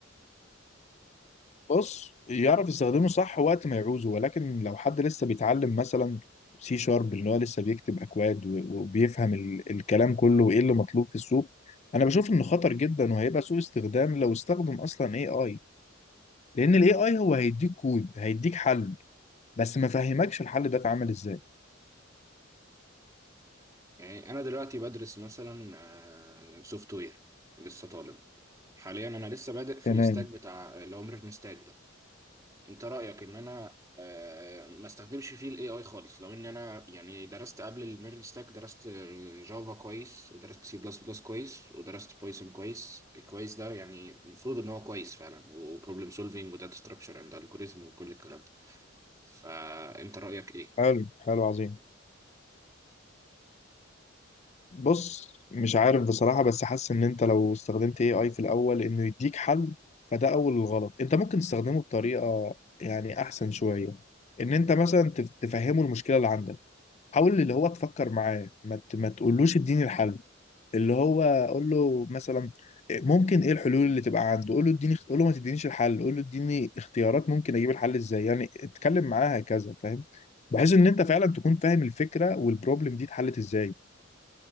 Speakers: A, on the left (about 35°); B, on the right (about 15°).
A: بص يعرف يستخدمه صح وقت ما يعوزه ولكن لو حد لسه بيتعلم مثلا سي شارب اللي هو لسه بيكتب اكواد و- وبيفهم ال- الكلام كله وايه اللي مطلوب في السوق انا بشوف انه خطر جدا وهيبقى سوء استخدام لو استخدم اصلا اي اي لان الاي اي هو هيديك كود هيديك حل بس ما فهمكش الحل ده اتعمل ازاي
B: يعني انا دلوقتي بدرس مثلا سوفت وير لسه طالب حاليا انا لسه بادئ في
A: تمام
B: الاستاك بتاع اللي هو ميرن ستاك ده. انت رأيك ان انا آه، ما استخدمش فيه الاي اي خالص لو ان انا يعني درست قبل الميرج ستاك درست جافا كويس ودرست سي بلس بلس كويس ودرست بايثون كويس الكويس ده يعني المفروض ان هو كويس فعلا وبروبلم سولفينج وداتا ستراكشر اند الجوريزم وكل الكلام ده فانت رأيك ايه؟
A: حلو حلو عظيم بص مش عارف بصراحة بس حاسس ان انت لو استخدمت AI في الاول انه يديك حل فده اول الغلط انت ممكن تستخدمه بطريقة يعني احسن شوية ان انت مثلا تف- تفهمه المشكلة اللي عندك حاول اللي هو تفكر معاه ما, ت... ما تقولوش اديني الحل اللي هو قول له مثلا ممكن ايه الحلول اللي تبقى عنده قول له اديني قول له ما تدينيش الحل قول له اديني اختيارات ممكن اجيب الحل ازاي يعني اتكلم معاه هكذا فاهم بحيث ان انت فعلا تكون فاهم الفكرة والبروبلم دي اتحلت ازاي